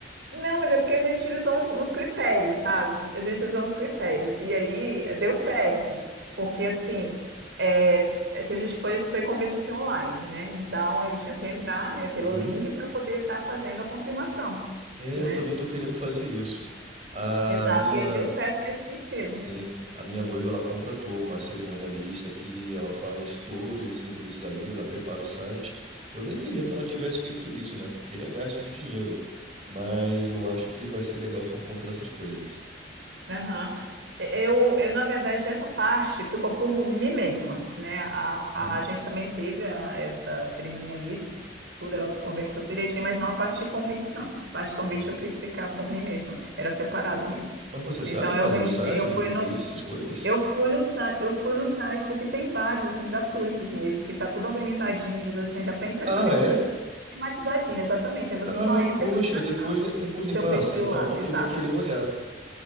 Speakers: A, on the right; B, on the right.
A: Não, mas é porque a gente utilizou uns, uns critérios, sabe? A gente utilizou uns critérios. E aí eh, deu certo. Porque assim, é, é que a gente foi, foi convite assim online, né? Então eles tinham que entrar, né, pelo
B: Hum.
A: link para poder estar fazendo a confirmação,
B: É,
A: né?
B: eu também tô querendo fazer isso. A
A: Exato.
B: minha,
A: E aí deu certo nesse sentido.
B: sim, a minha noiva ela contratou uma cerimonialista que ela faz todos esses serviços aí, ela prepara o site. Eu nem queria que ela tivesse feito isso, né? Porque é gasto de dinheiro. Mas eu acho que vai ser legal por conta dessas coisas.
A: Aham. Eu, eu, na verdade, essa parte ficou por mim mesma, né? A,
B: Uhum.
A: a gente também teve a- essa cerimonialista, tudo, ela organizou tudo direitinho, mas não a parte de convites, não. A parte de convite
B: Hum.
A: eu quis ficar por mim mesma, era separado mesmo.
B: Mas você sabe
A: Então,
B: fazer
A: eu organizei,
B: site
A: eu
B: de
A: fui
B: convite,
A: no,
B: essas coisas?
A: eu fui no, sa- eu fui no site, porque tem vários, assim, gratuitos mesmo, que tá tudo organizadinho, eles, assim, já vem praticamente
B: Ah, é?
A: tudo tematizadinho, exatamente. Aí você
B: Ah,
A: só entra
B: poxa,
A: e vai entrar
B: depois, depois
A: no
B: me
A: seu
B: passa,
A: perfil
B: então,
A: lá,
B: porque
A: exato.
B: eu vou querer olhar.